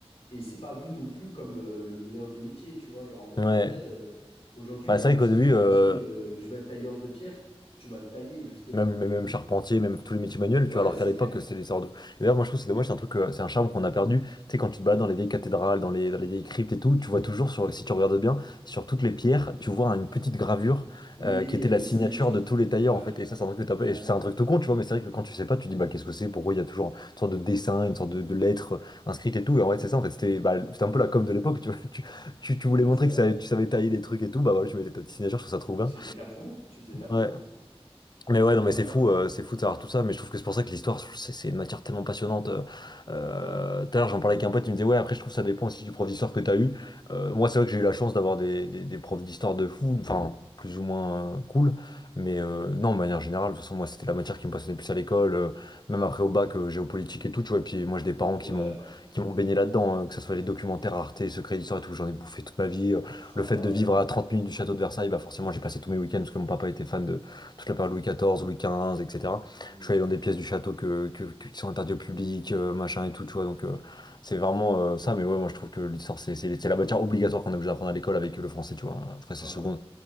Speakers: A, on the left; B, on the left.
A: et c'est pas vu non plus comme euh, le meilleur des métiers, tu vois. Genre, en vrai
B: ouais.
A: de vrai, euh, aujourd'hui,
B: Bah,
A: il y
B: c'est
A: a un
B: vrai
A: petit
B: qu'au début,
A: qui te
B: euh,
A: dit euh, je vais être tailleur de pierre, tu vas le tailler, justement,
B: Même, mais
A: un
B: même
A: peu.
B: charpentier, même tous les métiers manuels,
A: Ouais,
B: tu vois, alors
A: c'est
B: qu'à l'époque,
A: clair.
B: c'était des sortes de... Et D'ailleurs, moi, je trouve que c'est dommage, c'est un truc, euh, c'est un charme qu'on a perdu. Tu sais, quand tu te balades dans les vieilles cathédrales, dans les, dans les vieilles cryptes et tout, tu vois toujours, sur, si tu regardes bien, sur toutes les pierres, tu vois une petite gravure
A: Oui,
B: euh, qui était la
A: une
B: signature
A: signature.
B: de tous les tailleurs,
A: Ouais,
B: en fait. Et ça, c'est un truc que
A: ouais,
B: t'as pas- et c'est un truc tout con, tu vois, mais c'est vrai que quand tu sais pas, tu te dis, bah, qu'est-ce que c'est, pourquoi il y a toujours une sorte de dessin, une sorte de, de lettre euh, inscrite et tout. Et en fait, c'est ça, en fait, c'était bah, c'était un peu la com de l'époque, tu vois. <laughs> Tu,
A: <laughs>
B: tu, tu voulais
A: ouais,
B: montrer
A: c'est vrai.
B: que ça- tu savais tailler des trucs et tout, bah voilà, tu mettais ta petite signature, je trouve ça trop bien.
A: C'était ta promo, tu faisais ta promo.
B: Ouais, mais ouais,
A: Non,
B: non, mais c'est
A: tu
B: fou,
A: vois,
B: euh, c'est fou de savoir tout ça, mais je trouve que c'est pour ça que l'histoire, c'est c'est une matière tellement passionnante. euh, euh,
A: c'est incroyable.
B: Tout à l'heure, j'en parlais avec un pote, il me disait, ouais, après, je trouve que ça dépend aussi du prof d'histoire que t'as eu. Euh, moi, c'est vrai que j'ai eu la chance d'avoir des, des, des profs d'histoire de fou, enfin, plus ou moins euh, cool, mais euh, non, de manière générale, de toute façon, moi, c'était la matière qui me passionnait le plus à l'école, euh, même après au bac, euh, géopolitique et tout, tu vois, et puis moi, j'ai des parents
A: Ouais,
B: qui m'ont qui m'ont baigné là-dedans, euh, que ce soit les documentaires Arte, Secrets d'Histoire et tout, j'en ai bouffé toute ma vie. euh,
A: ah,
B: le fait
A: pareil.
B: de vivre à 30 minutes du château de Versailles, bah forcément j'ai passé tous mes week-ends parce que mon papa était fan de, toute la période Louis XIV, Louis XV, etc.
A: Hmm.
B: Je suis allé dans des pièces du château que, que- que- qui sont interdites au public, euh, machin et tout, tu vois. Donc, euh, c'est vraiment euh, ça. Mais ouais, moi, je trouve que l'histoire, c'est c'est- c'est la matière obligatoire qu'on est obligé d'apprendre à l'école avec le français, tu vois. Après,
A: Grave.
B: c'est seconde.